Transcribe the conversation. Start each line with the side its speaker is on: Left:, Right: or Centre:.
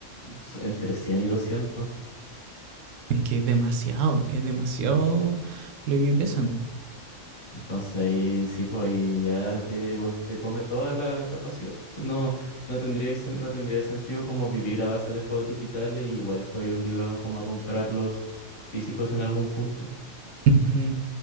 Left: s- entre 100 y doscientos
Right: Es que es demasiado, es demasiado lo que pesan.
Left: Entonces ahí sí, pues ahí ya te, cons- te come toda la capacidad. No, no tendría, sen- no tendría sentido como vivir a base de juegos digitales y igual estoy obligado como a comprarlos físicos en algún punto.
Right: Ujú.